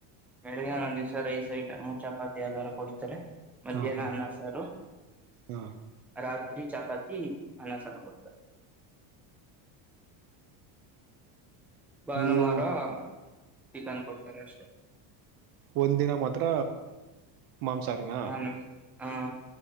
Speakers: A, in the centre; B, on the right.
A: ಬೆಳಗೆ ಒಂದು ದಿವಸ ರೈಸ್ ಐಟಂ ಚಪಾತಿ ಅದೆಲ್ಲ ಕೊಡ್ತಾರೆ ಮಧ್ಯಾಹ್ನ
B: ಹಾ ಹಾ
A: ಅನ್ನ ಸಾರು
B: ಹಾ
A: ರಾತ್ರಿ ಚಪಾತಿ ಅಲ್ಲ ಸ ಕೊಡ್ತ ಭಾನುವಾರ
B: ನೀವು
A: ಚಿಕನ್ ಕೊಡ್ತಾರೆ ಅಷ್ಟೆ
B: ಒಂದ ದಿನ ಮಾತ್ರ ಮಾಂಸಾರಿನ
A: ನಾನು ಹಾ